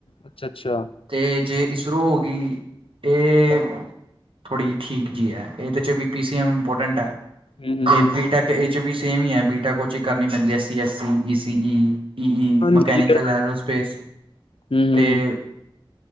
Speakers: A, on the left (about 85°); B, on the right (about 75°).
A: ਅੱਛਾ ਅੱਛਾ
B: ਤੇ ਜੇ ਇਸਰੋ ਹੋ ਗਈ, ਇਹ ਥੋੜ੍ਹੀ ਠੀਕ ਜੀ ਹੈ, ਏਦੇ ਚ ਵੀ, ਪੀ ਸੀ ਐੱਮ ਇੰਪੋਰਟੈਂਟ ਹੈ।
A: ਹੂੰ ਹੂੰ
B: ਤੇ ਬੀ ਟੈਕ ਇਹ ਵੀ ਸੇਮ ਹੀ ਹੈ, ਬੀ ਟੈਕ ਔਦੇ ਹੀ ਕਰਨੀ ਪੈਂਦੀ ਹੈ, ਸੀ ਐੱਸ ਈ, ਈ ਸੀ ਈ। ਈ ਹੀ,
A: ਹਾਂਜੀ
B: ਮਕੈਨੀਕਲ ਐਰੋਸਪੇਸ,
A: ਹੂੰ-ਹੂੰ,
B: ਤੇ